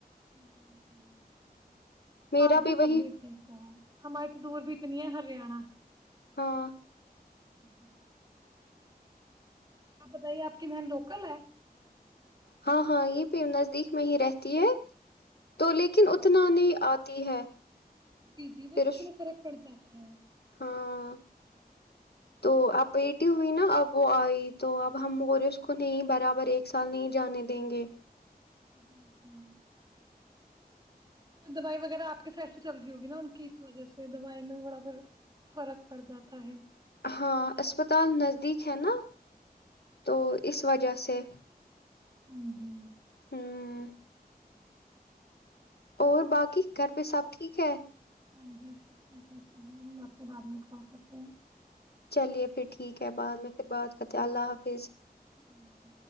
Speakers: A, on the right; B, on the left.
A: ہ ہ ہ
B: میرا
A: آج بھی
B: وہی
A: تب بھی ٹھیک کیا ہے ہماریے تو دور بھی اتنی ہے ہرانہ
B: ہاں
A: ہ ہوں آپ بتائیے آپ کی بہن لوکل ہے
B: ہاں ہاں یہ بھی نزدیک میں ہی رہتی ہے تو لیکن
A: اچھا
B: اتنا نہیں آ ہے
A: جی جی وہ
B: پھر
A: تو تھوڑا فرق پڑ جاتا ہی
B: ہاں تو اپ بیٹی ہوئی نا اب وہ آئی تو اب ہم اور اس کو نہیں برابر ایک سال نہیں جانے دیں گے
A: جی ہی دوائی وغیرہ آپ کے سحر سے چل رہی ہوگی نا ان کی اس وجہ سے دوائی میں تھوڑا پھر فرق پڑ جاتا ہے
B: ہاں اسپتال نزدیک ہے نا تو اس وجہ سے
A: ہاں جی
B: ہوں اور باقی گھر پہ سب ٹھیک ہے
A: ہاں جی سب ٹھیک ہے چلیے ہم آپ کو بعد میں کال کرتے ہیں
B: چلیے پھر ٹھیک ہے بعد میں پھر بات کرتے اللہ حافظ
A: بائے جی۔